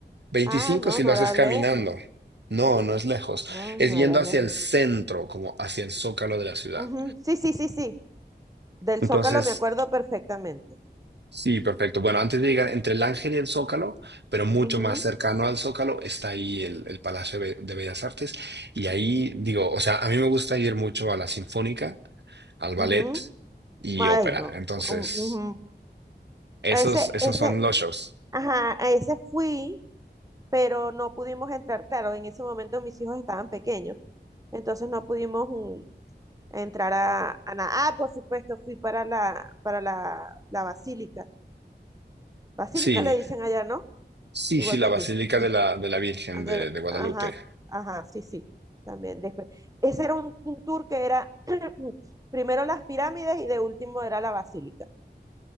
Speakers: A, on the right (about 75°); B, on the right (about 20°).
A: veinticinco
B: Ah, no,
A: si
B: no
A: lo haces
B: era
A: caminando.
B: lejos.
A: No, no es lejos.
B: No, no
A: Es yendo
B: era
A: hacia
B: lejos.
A: el centro, como hacia el zócalo de la ciudad.
B: Ujú. Sí, sí, sí, sí. Del
A: Entonces,
B: Zócalo me acuerdo perfectamente.
A: Sí, perfecto. Bueno, antes de llegar entre el Ángel y el Zócalo, pero mucho
B: Ujú,
A: más cercano al Zócalo, está ahí el, el Palacio de Be- de Bellas Artes. Y ahí digo, o sea, a mí me gusta ir mucho a la Sinfónica, al ballet
B: ujú.
A: y
B: Ay,
A: ópera.
B: no.
A: Entonces,
B: U- ujú.
A: esos,
B: Ese,
A: esos
B: ese,
A: son los shows.
B: ajá, a ese fui, pero no pudimos entrar. Claro, en ese momento mis hijos estaban pequeños, entonces no pudimos mm, entrar a, a nada. Ah, por supuesto, fui para la, para la, la basílica. Basílica
A: Sí,
B: le dicen allá, ¿no?
A: sí,
B: Igual
A: sí, la
B: que
A: Basílica
B: aquí. Sí,
A: de
B: sí,
A: la, de la Virgen
B: Ander-
A: de, de Guadalupe.
B: ajá, ajá, sí, sí, también después. Ese era un, un tour que era <clears throat> primero las pirámides y de último era la basílica.